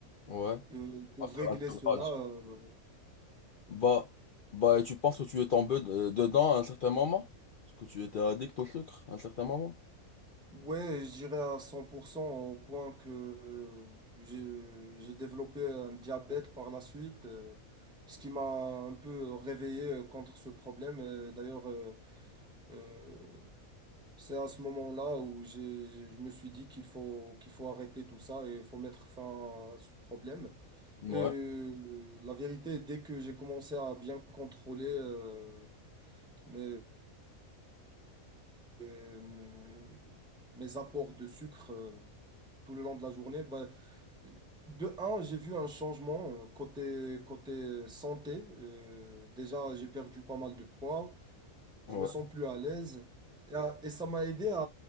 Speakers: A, on the left (about 60°); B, in the centre.
A: Ouais.
B: euh, pour
A: À faire
B: régler
A: un sevrage.
B: cela. euh,
A: Bah, bah, et tu penses que tu es tombé de- dedans à un certain moment? Parce que tu étais addict au sucre à un certain moment?
B: Ouais, je dirais à 100% au point que euh, j'ai j'ai développé un diabète par la suite, euh, ce qui m'a un peu réveillé euh, contre ce problème. Euh, D'ailleurs, euh, euh, c'est à ce moment-là où j'ai, je me suis dit qu'il faut, qu'il faut arrêter tout ça et il faut mettre fin à ce problème.
A: Ouais.
B: Et euh, la vérité, dès que j'ai commencé à bien contrôler euh, mes, euh, mes apports de sucre euh, tout le long de la journée, bah, De un, j'ai vu un changement euh, côté, côté santé. Euh, déjà, j'ai perdu pas mal de poids.
A: Ouais.
B: Je me sens plus à l'aise. Et, à- et ça m'a aidé à,